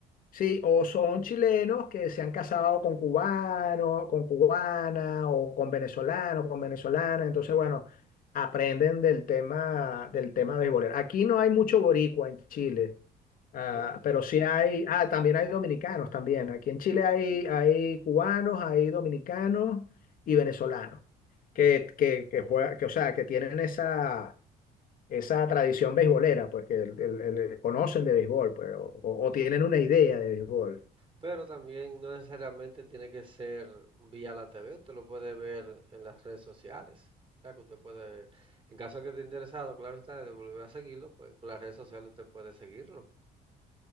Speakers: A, on the left (about 55°); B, on the right (about 30°).
A: sí, o son chilenos que se han casado con cubanos, con cubana, o con venezolano, con venezolana, entonces bueno, aprenden del tema, del tema béisbolero. Aquí no hay mucho boricua en Chile. ah,
B: Ok.
A: pero sí hay, ah, también hay dominicanos también. Aquí en Chile hay, hay cubanos, hay dominicanos y venezolanos que, que, que juega- que, o sea, que tienen esa, esa tradición beisbolera, pues que el- el- el- eh, conocen de béisbol, pues, o, o- tienen una idea de béisbol.
B: Pero también no necesariamente tiene que ser vía la TV, usted lo puede ver en las redes sociales. O sea, que usted puede, en caso de que esté interesado, claro está, de volver a seguirlo, pues por las redes sociales usted puede seguirlo.